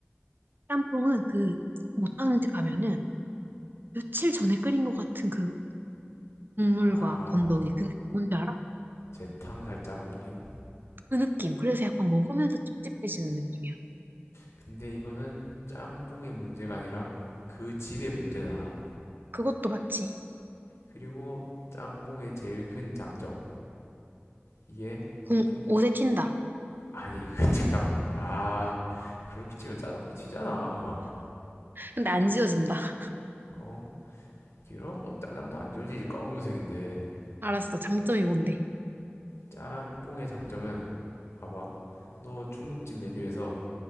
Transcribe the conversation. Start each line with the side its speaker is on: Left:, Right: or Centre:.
Right: 짬뽕은 그 못하는 집 가면은 며칠 전에 끓인 것 같은 그 국물과
Left: 아,
Right: 건더기 그 느낌 뭔지 알아?
Left: 재탕 살짝 느낌?
Right: 그 느낌. 그래서 약간 먹으면서 찝찝해지는 느낌이야.
Left: 근데 이거는 짬뽕의 문제가 아니라 그 집의 문제다.
Right: 그것도 맞지.
Left: 그리고 짬뽕의 제일 큰 장점. 이게
Right: 공,
Left: 궁,
Right: 옷에 튄다.
Left: 아니, <laughs> 그, 잠깐만. 아, 그렇게 치면 짜장도 치잖아.
Right: 근데 안 지워진다. <laughs>
Left: 어? 이런 거 짜장도 안 지워지지 검은색인데
Right: 알았어. 장점이 뭔데?
Left: 짬뽕의 장점은 봐봐 너 중국집 메뉴에서